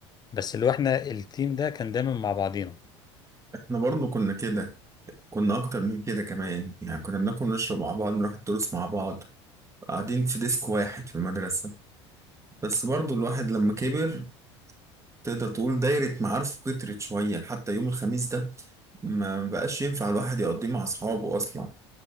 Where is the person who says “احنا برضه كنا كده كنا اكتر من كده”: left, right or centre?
Right